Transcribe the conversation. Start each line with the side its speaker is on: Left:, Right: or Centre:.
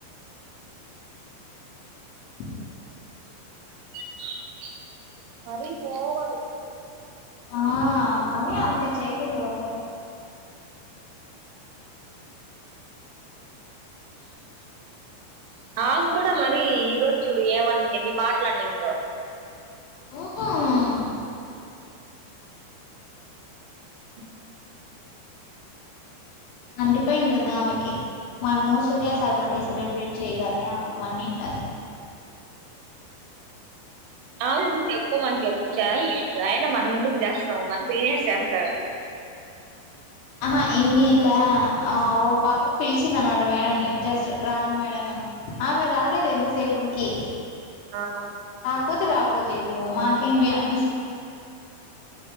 Left: అ
Right: <inaudible> మరి పో <inaudible>
Left: ఆ మరి అంత చెయకూడదు ఊర్లో
Right: ఆమె కూడా మరి ఈరోజు చూడు ఏమం ఎన్ని మాట్లు అనిందో.
Left: ఊ
Right: అ
Left: అండి. <inaudible> ఉంటుందా ఆమెకి మనమో స్తుగా <inaudible> సెలబ్రేట్ చేయగానే ఆమెకి మండింది.
Right: ఆమెకు చెప్ప మని చెప్పు. చాయి రై అయినా మనం ఎందుకు చేస్తాము. మన సీనియర్స్ చేస్తారు.
Left: ఆహా ఎమీలా ఆ ఓ పాపా పిలిచింది అనమాట మేడంని. జస్ట్ రాండి మేడం అని. ఆమె రాలేదు ఎంతసేపటికి.
Right: ఆ
Left: కొతే రాకపోతీవి పో మాకేమీ అ <inaudible>